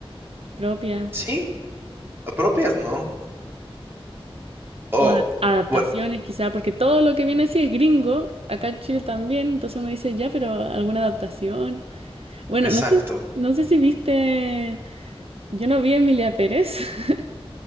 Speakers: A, on the right; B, on the right.
A: propias.
B: Sí, propias, ¿no? O,
A: O adap- adaptaciones,
B: bueno,
A: quizá, porque todo lo que viene así es gringo, acá en Chile también, entonces uno dice, ya, pero alguna adaptación. Bueno,
B: exacto.
A: no sé, no sé si viste, yo no vi a Emilia Pérez. <laughs>